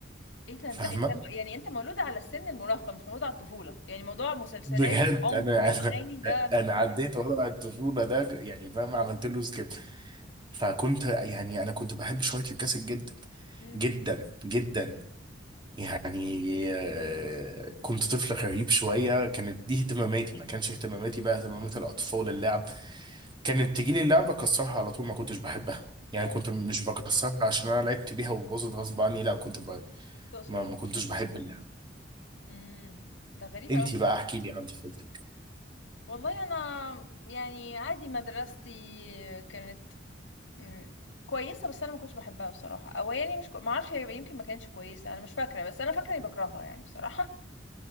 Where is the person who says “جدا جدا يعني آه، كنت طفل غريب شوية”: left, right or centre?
Right